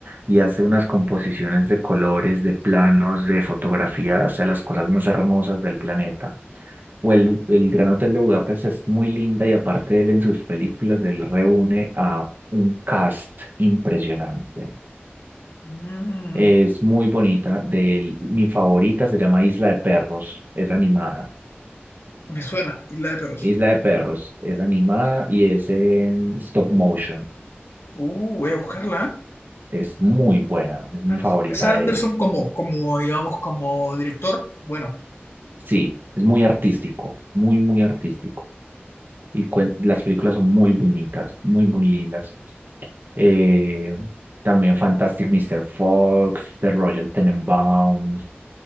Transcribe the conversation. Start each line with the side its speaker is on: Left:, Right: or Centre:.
Right: y hace unas composiciones de colores, de planos, de fotografías, o sea, las cosas más hermosas del planeta. O el, el Gran Hotel de Budapest es muy linda y aparte él en sus películas, él reúne a un cast impresionante.
Left: Mm,
Right: Es muy bonita. De él, mi favorita se llama Isla de Perros. Es animada.
Left: me suena, Isla de Perros.
Right: Isla de Perros es animada y es en stop motion.
Left: Uh, voy a buscarla. ¿eh?
Right: Es muy buena, es mi
Left: Ah, entonces
Right: favorita
Left: Wes Anderson
Right: de él.
Left: como, como, digamos, como director. Bueno.
Right: Sí, es muy artístico, muy, muy artístico. Y cuen- las películas son muy bonitas, muy, muy lindas. Eh, también Fantastic Mr. Fox, The Royal Tenenbaums,